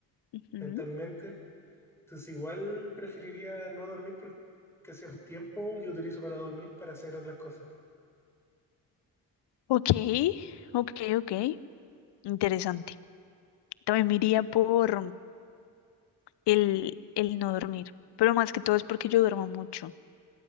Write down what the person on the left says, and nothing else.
ujú.
Ok, ok, ok. Interesante. También me iría por, el, el no dormir, pero más que todo es porque yo duermo mucho.